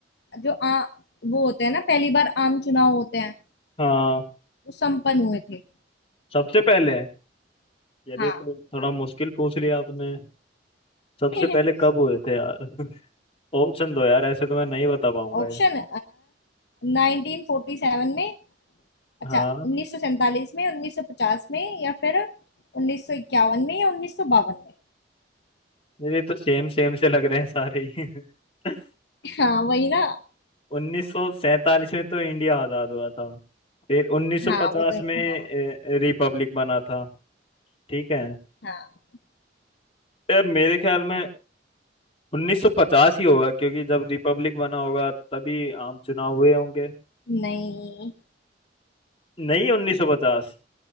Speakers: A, on the left; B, on the left.
A: जो आ, वो होते हैं ना पहली बार आम चुनाव होते हैं
B: हाँ
A: वो संपन्न हुए थे
B: सबसे पहले यदि
A: हाँ
B: तो थोड़ा मुश्किल पूछ लिया आपने सबसे
A: <laughs>
B: पहले कब हुए थे यार <laughs> ऑप्शन दो यार ऐसे तो मैं नहीं बता पाऊंगा
A: ऑप्शन
B: ये
A: नाइनटीन फोर्टी सेवन में अच्छा
B: हाँ
A: उन्नीस सौ सैंतालीस में उन्नीस सौ पचास में या फिर उन्नीस सौ इक्यावन में या उन्नीस सौ बावन में
B: ये तो सेम सेम से लग रहे हैं सारे ही <laughs>
A: <laughs> हाँ वही ना
B: 1947 में तो इंडिया आजाद हुआ था फिर 1950
A: हाँ वो तो
B: में
A: हाँ
B: रिपब्लिक बना था ठीक है
A: हाँ
B: यार मेरे ख्याल में 1950 ही होगा क्योंकि जब रिपब्लिक बना होगा तभी आम चुनाव हुए होंगे
A: नहीं
B: नहीं 1950